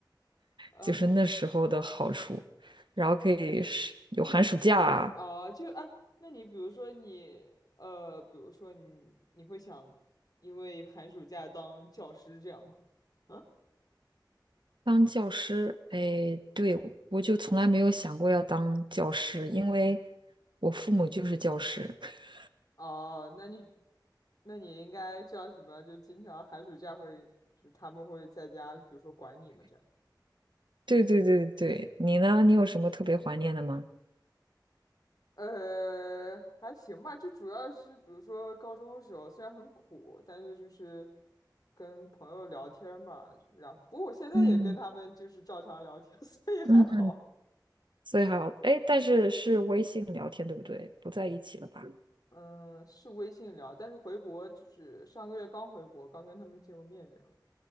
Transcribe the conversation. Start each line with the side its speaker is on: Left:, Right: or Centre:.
Left: 呃，
Right: 就是那时候的好处。然后可以是有寒暑假啊，
Left: 哦，就哎，那你比如说你，呃，比如说你，你会想因为寒暑假当教师这样吗？嗯，
Right: 当教师，哎，对，我就从来没有想过要当教师，因为我父母就是教师。<laughs>
Left: <laughs> 哦，那你，那你应该叫什么？就经常寒暑假会，就他们会在家，比如说管你们这样。
Right: 对对对对，你呢？你有什么特别怀念的吗？
Left: 呃，还行吧，就主要是比如说高中的时候，虽然很苦，但是就是跟朋友聊天儿嘛，然后不过我现在也跟他们就是照常聊天，
Right: 嗯，
Left: <laughs> 所以还好。
Right: 嗯，所以还好，哎，但是是微信聊天，对不对？不在一起了吧？
Left: 嗯，是微信聊，但是回国就是上个月刚回国，刚跟他们见过面，这样。